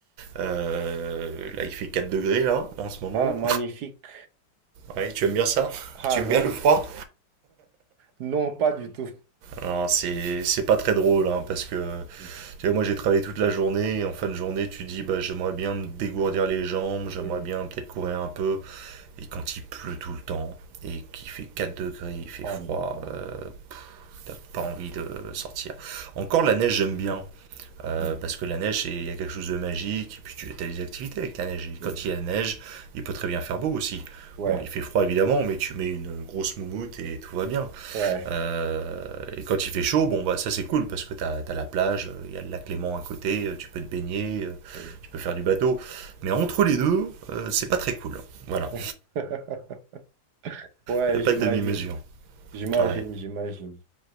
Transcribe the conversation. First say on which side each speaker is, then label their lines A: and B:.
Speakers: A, on the right; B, on the right.
A: Euh, là il fait 4 degrés là en ce moment.
B: Ah, magnifique.
A: Ouais, tu aimes bien ça?
B: Ah,
A: Tu aimes
B: non.
A: bien le froid?
B: Non, pas du tout.
A: Alors, c'est c'est pas très drôle, hein, parce que
B: Non.
A: tu vois, moi j'ai travaillé toute la journée et en fin de journée, tu dis bah, j'aimerais bien me dégourdir les jambes, j'aimerais
B: Oui.
A: bien peut-être courir un peu. Et quand il pleut tout le temps et qu'il fait 4 degrés, il fait
B: Oh,
A: froid,
B: non.
A: euh, pff, t'as pas envie de sortir. Encore la neige, j'aime bien. euh,
B: Mm,
A: parce que la neige, c'est- il y a quelque chose de magique, et puis tu as des activités avec la neige. Et
B: oui.
A: quand il y a neige, il peut très bien faire beau aussi.
B: Ouais,
A: Bon, il fait froid évidemment, mais tu mets une grosse moumoute et tout va bien.
B: ouais,
A: Euh, et quand il fait chaud, bon, bah, ça c'est cool parce que tu as, la plage, il y a le lac Léman à côté, euh, tu peux te baigner, euh,
B: oui.
A: tu peux faire du bateau. Mais entre les deux, euh, c'est pas très cool. hein. Voilà,
B: <laughs> Ouais,
A: il n'y a pas
B: j'imagine.
A: de demi-mesure.
B: J'imagine,
A: Ouais,
B: j'imagine.